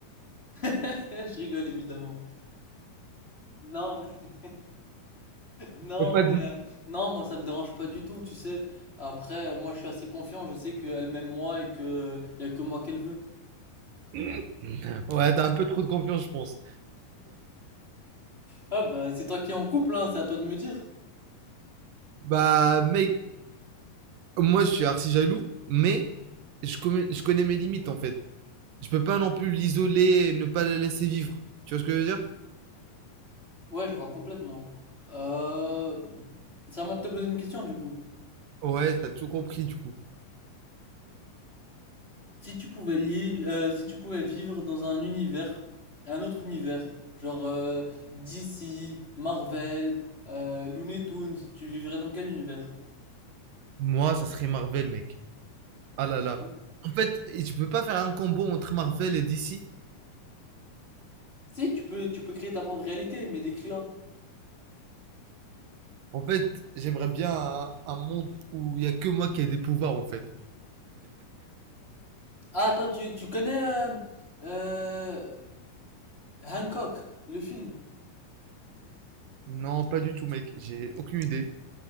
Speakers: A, on the left; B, on the right.
A: <laughs> Je rigole évidemment. Non, mais... Non,
B: Et pas
A: mais
B: de-
A: euh, non, moi ça me dérange pas du tout, tu sais. Après, moi je suis assez confiant, je sais qu'elle m'aime moi et que y a que moi qu'elle veut.
B: <laughs> Ouais, t'as un peu trop de confiance je pense.
A: Ah bah c'est toi qui es en couple, hein, c'est à toi de me dire.
B: Bah mec, moi je suis archi jaloux, mais je connais, je connais mes limites en fait. Je peux pas non plus l'isoler et ne pas la laisser vivre. Tu vois ce que je veux dire?
A: Ouais, je vois complètement. Euh... C'est à moi de te poser une question du coup.
B: Ouais, t'as tout compris du coup.
A: Si tu pouvais li- euh, si tu pouvais vivre dans un univers, un autre univers, genre euh, DC, Marvel, euh, Looney Tunes, tu vivrais dans quel univers?
B: Moi, ça serait Marvel, mec. Ah là là.
A: Ah bon
B: En fait, je peux pas faire un combo entre Marvel et DC.
A: Si, tu peux, tu peux créer ta propre réalité, mais décris-la.
B: En fait, j'aimerais bien un, un monde où il y a que moi qui ai des pouvoirs, en fait.
A: Ah, toi, tu, tu connais euh, euh, Hancock, le film?
B: Non, pas du tout, mec. J'ai aucune idée.